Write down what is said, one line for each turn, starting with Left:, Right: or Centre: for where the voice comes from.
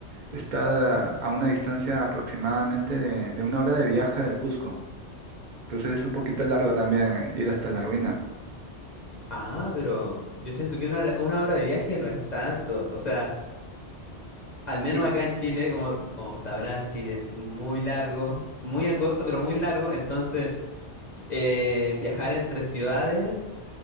Right: está a una distancia aproximadamente de, de una hora de viaje del Cusco. Entonces es un poquito largo también eh, ir hasta la ruina.
Left: Ah, pero yo siento que una, hora- una hora de viaje no es tanto. O sea, al menos
Right: Y
Left: acá en Chile, como, como sabrás, Chile es muy largo, muy angosto, pero muy largo. Entonces... Eh, viajar entre ciudades